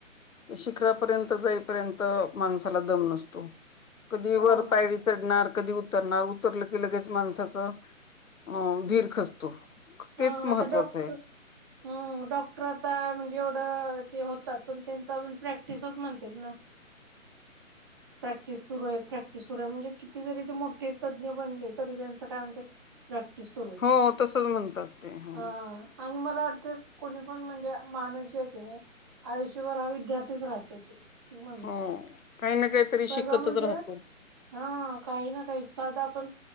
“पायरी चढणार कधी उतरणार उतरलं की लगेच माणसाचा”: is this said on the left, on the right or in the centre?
Left